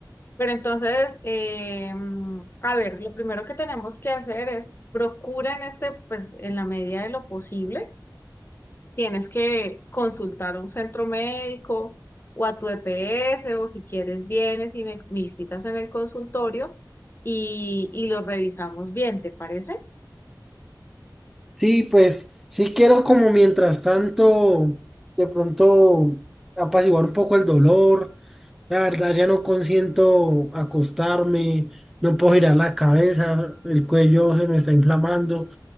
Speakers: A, on the left (about 30°); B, in the centre.
A: Pero entonces, eh, a ver, lo primero que tenemos que hacer es procura en este, pues en la medida de lo posible, tienes que consultar a un centro médico o a tu EPS o si quieres vienes y me visitas en el consultorio y, y lo revisamos bien, ¿te parece?
B: Sí, pues sí quiero como mientras tanto, de pronto apaciguar un poco el dolor. La verdad ya no consiento acostarme, no puedo girar la cabeza, el cuello se me está inflamando. O